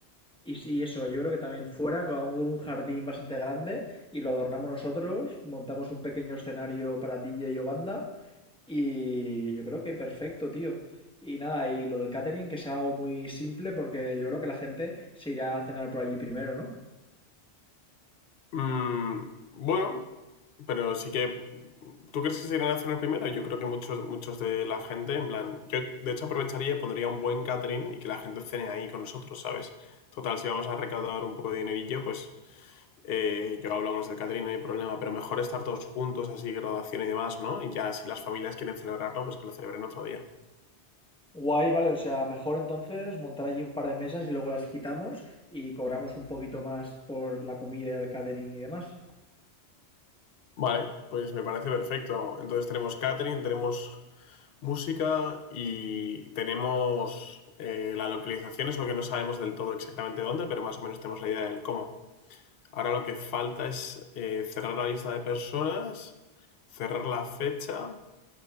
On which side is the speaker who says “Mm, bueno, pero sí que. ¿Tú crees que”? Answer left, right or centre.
Left